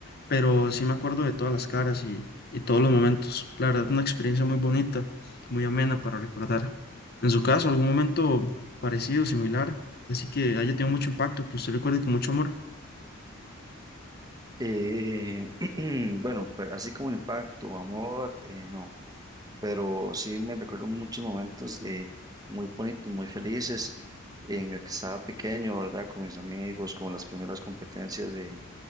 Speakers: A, on the left; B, on the right.
A: pero sí me acuerdo de todas las caras y, y todos los momentos. La verdad, una experiencia muy bonita, muy amena para recordar. En su caso, algún momento parecido, similar, así que haya tenido mucho impacto, que usted recuerde con mucho amor.
B: Eh, <clears throat> bueno, pero así como impacto, amor, eh, no, pero sí me recuerdo muchos momentos eh, muy bonitos, muy felices en el que estaba pequeño, ¿verdad? Con mis amigos, con las primeras competencias de.